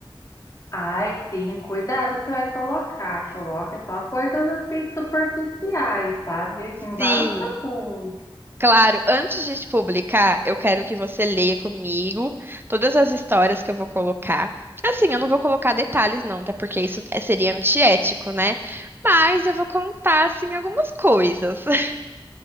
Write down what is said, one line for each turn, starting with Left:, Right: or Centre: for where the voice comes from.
Left: Ai, sim, cuidado que você vai colocar. Coloque só coisas assim superficiais, sabe? Não
Right: Sim.
Left: vá muito profundo.
Right: Claro, antes de te publicar, eu quero que você leia comigo todas as histórias que eu vou colocar. Assim, eu não vou colocar detalhes, não, até porque isso é- seria antiético, né? Mas eu vou contar, assim, algumas coisas. <laughs>